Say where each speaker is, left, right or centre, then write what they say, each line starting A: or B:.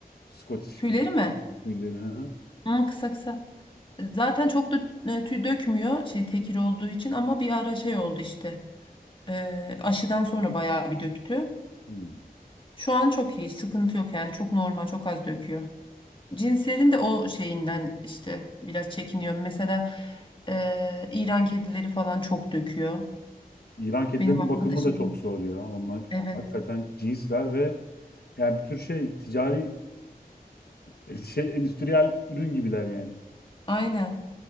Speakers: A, on the left (about 85°); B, on the left (about 30°).
A: Scottish
B: Tüyleri
A: kırması
B: mi?
A: tüyleri. Hı hı.
B: Hmm, kısa kısa. Zaten çok da e, tüy dökmüyor şey tekir olduğu için ama bir ara şey oldu işte. E, aşıdan sonra bayağı bir döktü.
A: Hmm.
B: Şu an çok iyi, sıkıntı yok yani çok normal, çok az döküyor. Cinslerin de o şeyinden işte biraz çekiniyorum. Mesela e, İran kedileri falan çok döküyor.
A: İran kedilerinin
B: Benim arkadaşım
A: bakımı da çok zor ya. Onlar
B: evet
A: hakikaten cinsler ve yani bir tür şey ticari E, Şey endüstriyel ürün gibiler yani.
B: aynen.